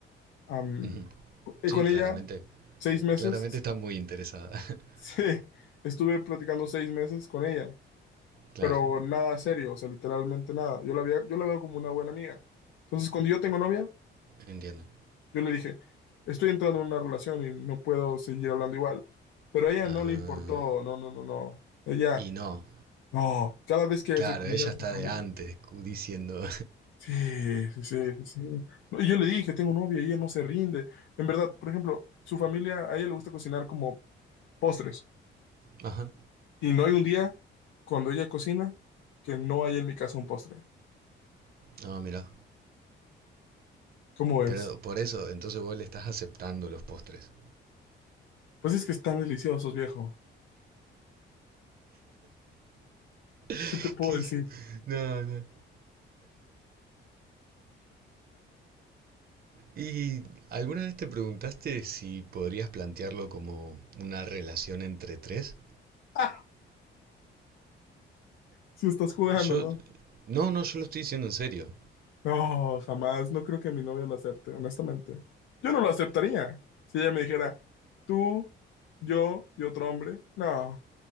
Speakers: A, on the left; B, on the right.
A: am,
B: ujú,
A: eh,
B: sí,
A: con
B: claramente,
A: ella seis
B: eh,
A: meses,
B: claramente está muy interesada. <laughs>
A: <laughs> sí, estuve platicando seis meses con ella,
B: Claro,
A: pero nada serio, o sea, literalmente nada. Yo la veo, yo la veo como una buena amiga. Entonces, cuando yo tengo novia,
B: entiendo.
A: yo le dije, estoy entrando en una relación y no puedo seguir hablando igual. Pero a ella
B: Ah,
A: no le importó, no, no, no, no. Ella,
B: y no,
A: no, cada vez que
B: claro,
A: se comía
B: ella
A: a
B: está
A: su familia.
B: de antes cu- diciendo,
A: Sí, sí, sí, sí. sí. No, Y yo le dije, tengo novia y ella no se rinde. En verdad, por ejemplo, su familia, a ella le gusta cocinar como postres.
B: <laughs> ajá,
A: Y no hay un día cuando ella cocina que no haya en mi casa un postre.
B: no, mira,
A: ¿Cómo es?
B: pero por eso, entonces vos le estás aceptando los postres.
A: Pues es que están deliciosos, viejo.
B: <laughs>
A: ¿Qué te puedo
B: ¿Qué?
A: decir?
B: No, no. ¿Y alguna vez te preguntaste si podrías plantearlo como una relación entre tres?
A: <laughs> Si estás jugando,
B: Yo,
A: ¿no?
B: no, no, yo lo estoy diciendo en serio.
A: No, jamás. No creo que mi novia lo acepte, honestamente. Yo no lo aceptaría. Si ella me dijera, tú, yo y otro hombre. No.